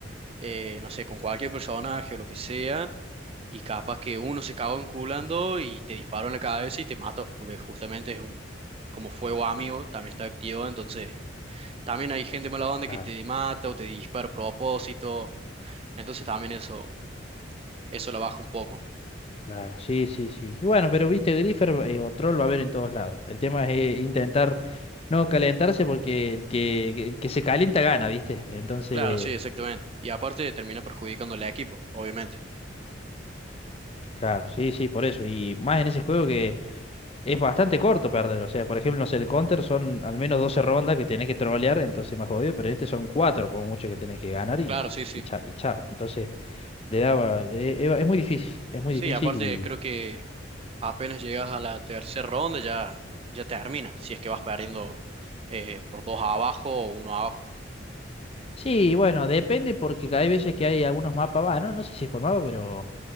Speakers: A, on the right; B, on the left.
A: eh, no sé, con cualquier personaje o lo que sea, y capaz que uno se cagó enculando y te disparó en la cabeza y te mató, porque justamente es un, como fuego amigo, también está activo, entonces también hay gente mala onda
B: Claro,
A: que te mata o te dispara a propósito, entonces también eso, eso la baja un poco.
B: claro. Sí, sí, sí. Y bueno, pero viste, Griffer eh, o Troll va a haber en todos lados. El tema es eh, intentar no calentarse porque el que, que, que se calienta gana, ¿viste? Entonces,
A: Claro, sí, exactamente. Y aparte termina perjudicando al equipo, obviamente.
B: claro, sí, sí, por eso. Y más en ese juego que es bastante corto perder. O sea, por ejemplo, no sé, el Counter son al menos 12 rondas que tenés que trolear, entonces más jodido, pero en este son 4 como mucho que tenés que ganar y,
A: Claro, sí, sí.
B: y, cha- y chao. Entonces, le daba. e- e- es muy difícil, es muy
A: Sí,
B: difícil
A: aparte
B: y.
A: creo que Apenas llegas a la tercera ronda ya, ya termina, si es que vas perdiendo eh, por dos abajo o uno abajo.
B: Sí, bueno, depende porque hay veces que hay algunos mapas, va, no, no sé si es por mapa, pero